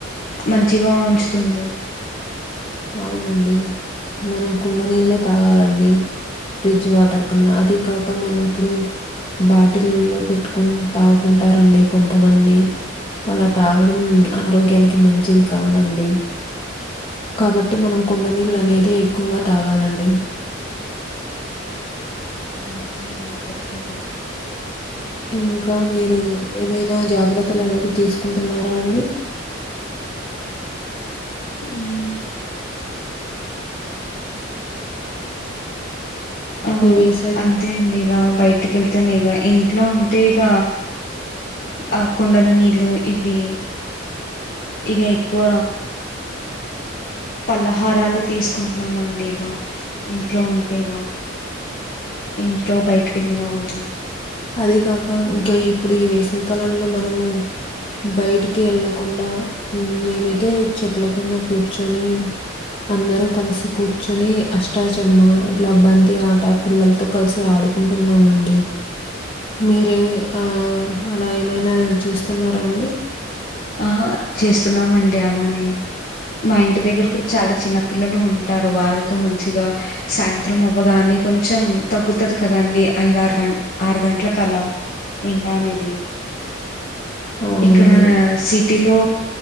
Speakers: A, on the left (about 45°); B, on the left (about 25°).
A: మంచిగా ఉంచుతుంది.
B: అవునండి. మనం కుండ నీళ్ళే తాగాలండి. ఫ్రిడ్జ్ వాటర్ కన్నా అది కాక మనం ఇప్పుడు బాటిల్లో పెట్టుకుని తాగుతుంటారండి కొంతమంది అలా తాగడం ఆరోగ్యానికి మంచిది కాదండి. కాబట్టి మనం కుండ నీళ్ళ అనేదే ఎక్కువగా తాగాలండి.
A: <inaudible> చెప్పతూంది
B: ఇంకా మీరు ఏమైనా జాగ్రత్తలు అనేది తీసుకుంటున్నారా అండి.
A: మ్ ఆ
B: ఈ వేసవి
A: అంతే అండి ఇక బయటికి వెళ్తేనే ఇక ఇంట్లో ఉంటే ఇక ఆ కుండల నీళ్ళు ఇవి ఇక ఎక్కువ పల్లహారాలు తీసుకుంటున్నామ అండి ఇగ ఇంట్లో ఉంటే ఇగ ఇంట్లో బయటిక వెళ్ళినా కూడా
B: అదే కాక ఇంకా ఇప్పుడు ఈ వేసవికాలంలో మనము బయటికి వెళ్ళకుండా మేమైతే చెట్ల కింద కూర్చొని అందరు కలిసి కూర్చొని అష్టాచమ్మ ఇట్లా బంతి ఆట పిల్లలతో కలిసి ఆడుకుంటున్నామండి. మీరు ఆ అలా ఏమైనా చేస్తున్నారా అండి.
A: ఆ చేస్తున్నామండి అలానే మా ఇంటి దగ్గర కూడా చాలా చిన్న పిల్లలు ఉంటారు వాళ్ళతో మంచిగా సాయంత్రం అవ్వగానే కొంచెం తగ్గుతాది కదండి ఐదరు గంట ఆరు గంటలకలా ఎండా అనేది
B: అవునండి
A: ఇక్కడ సిటీలో